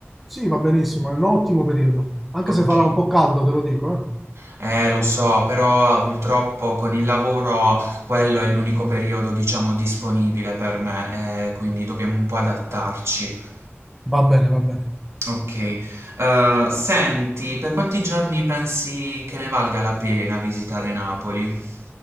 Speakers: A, in the centre; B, on the right.
A: Sì, va benissimo, è un ottimo periodo. Anche
B: Ok.
A: se farà un po' caldo, te lo dico, eh.
B: Eh, lo so, però purtroppo con il lavoro quello è l'unico periodo, diciamo, disponibile per me, eh, quindi dobbiamo un po' adattarci.
A: Va bene, va bene.
B: Okay. Ehm, senti, per quanti giorni pensi che ne valga la pena visitare Napoli?